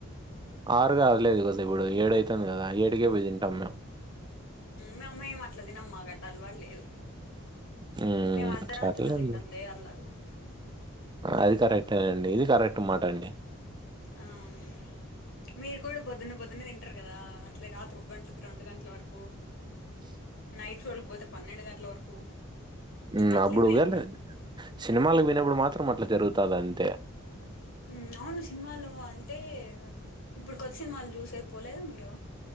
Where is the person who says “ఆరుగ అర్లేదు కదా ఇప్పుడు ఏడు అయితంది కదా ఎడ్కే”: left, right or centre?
Right